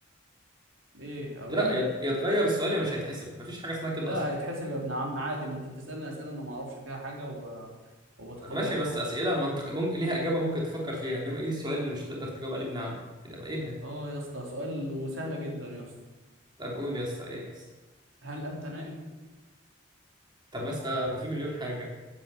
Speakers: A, on the right; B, on the right.
A: ايه اقول
B: لا يا يا اتغير السؤال يا مش هيتحسب مفيش حاجة اسمها كده
A: لا
B: اصلا
A: هيتحسب يا ابن عم عادي ما انت بتسألني أسئلة انا ما اعرفش فيها حاجة وب... وبتقبل
B: ماشي
A: الأمر
B: بس أسئلة منطق ممكن ليها إجابة ممكن تفكر فيها انما ايه السؤال اللي مش تقدر تجاوب عليه بنعم ايه ده ايه ده
A: اه يا اسطى سؤال وسهلة جدا يا اسطى
B: طب قول يا اسطى ايه يا اسطى
A: هل انت نائم؟
B: طب ما اسطى ما في مليون حاجة